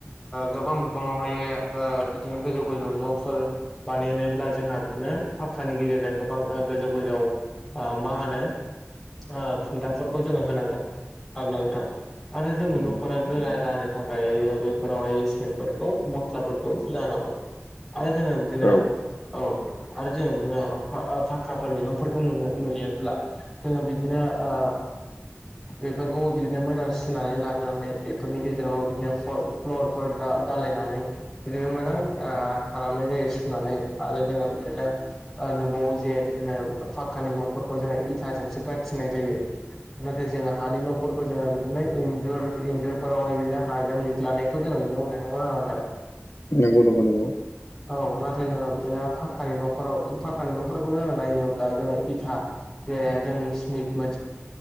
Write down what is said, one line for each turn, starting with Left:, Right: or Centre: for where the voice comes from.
Centre: गोबां बिबाङावहायो बिदिनो गोजौ गोजौ न'फोर बानायनायफ्रा जोंहा बिदिनो पाखक्कानि गेजेरजों गोबां गोजौ गोजौ मा होनो खुन्थाफोरखौ जोङो होनांगोन। आनथां आरो जों न'फोरा गोरा जानो थाखाय हायो बैफोरावहाय सिमेन्टफोरखौ मस्लाफोरखौ बुर्जा होनांगौ। आरो जोङो बिदिनो,
Left: औ
Centre: औ। आरो जोङो बिदिनो पा-पाक्का फोरनि न'फोरखौ नुयो-नुयोब्ला जोङो बिदिनो ओ
Left: <unintelligible>
Centre: बेफोरखौबो बिदिनो मोजां सुनानै लाग्रोनानै। बेफोरनि गेजेरावबो बिदिनो फ्ल'-फ्लरफोर दा-दालायनानै बिदिनो मोजां ओ खालामनाय जायो सुनानै आरो जोङो बिदिनो नुबावो जे बिदिनो फाखकानि न'फोरखौ जोङो इथाजोंसो गाथिनाय जायो। नाथाय जोङो हानि न'फोरखौ जोङो बिदिनो इन्जुर-इन्जुरफोरावहाय बिदिनो हाजों लिरलानाय खौ जोङो नुनो मोनो। नंगौना नङा नोंथां?
Left: <inaudible> नंगौ नंगौ नंगौ।
Centre: औ। नाथाय जोङो बिदिनो पा फाखकानि न'फोराव फाखकानि न'फोरखौ जोङो नायोब्ला जोङो इथा जे जों स्मिथ मोनसे